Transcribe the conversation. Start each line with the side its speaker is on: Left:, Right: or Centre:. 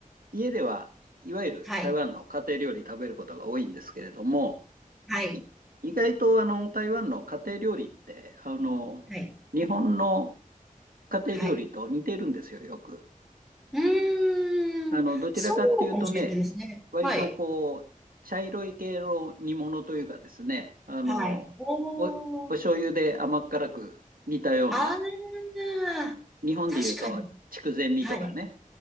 Right: 家では、いわゆる台湾の家庭料理食べることが多いんですけれども、
Centre: はい。はい。
Right: い意外とあの台湾の家庭料理ってあの日本の
Centre: はい。
Right: 家庭料理と似てるんですよ、
Centre: はい。
Right: よく。
Centre: うーん。
Right: あのどちらかっていうとね、
Centre: そうかもしれないですね。
Right: 割とこう茶色い系の煮物というかですね、
Centre: はい。
Right: あのお、
Centre: はい。おー。
Right: お醤油で甘辛く煮たような、
Centre: ああ、
Right: 日本でいうと筑前煮とかね、
Centre: 確かに。はい。